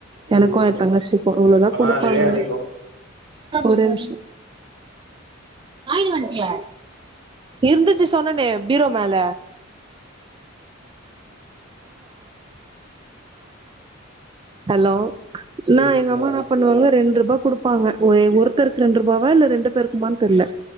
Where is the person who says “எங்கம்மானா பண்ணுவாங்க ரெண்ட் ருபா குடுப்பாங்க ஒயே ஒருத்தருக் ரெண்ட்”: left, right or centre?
Right